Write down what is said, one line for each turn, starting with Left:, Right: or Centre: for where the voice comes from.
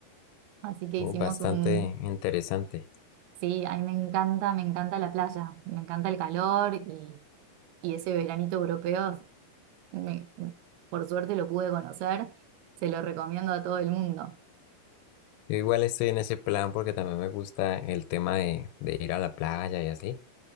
Right: Así que
Left: Oh,
Right: hicimos
Left: bastante
Right: un...
Left: interesante.
Right: Sí, a mí me encanta, me encanta la playa, me encanta el calor y, y ese veranito europeo, me- por suerte lo pude conocer, se lo recomiendo a todo el mundo.
Left: Yo igual estoy en ese plan porque también me gusta el tema de, de ir a la playa y así.